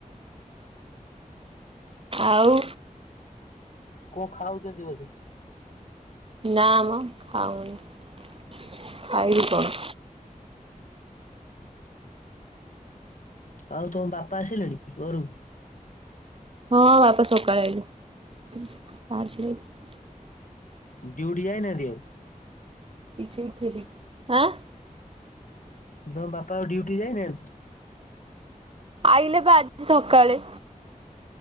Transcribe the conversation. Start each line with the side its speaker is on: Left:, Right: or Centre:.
Right: ଆଉ,
Left: କଁ ଖାଉଛନ୍ତି ବୋଧେ?
Right: ନା ମ ଖାଉନି ଖାଇବି କଣ,
Left: ଆଉ ତମ ବାପା ଆସିଲେଣି ଘରୁ?
Right: ହଁ ବାପା ସକାଳେ ଆଇଲେ <unintelligible>
Left: ଡ୍ୟୁଟି ଯାଇନାହାନ୍ତି ଆଉ?
Right: <unintelligible> ଆଁ,
Left: ତମ ବାପା ଆଉ ଡ୍ୟୁଟି ଯାଇନାହାନ୍ତି?
Right: ଆଇଲେ ବା ଆଜି ସକାଳେ,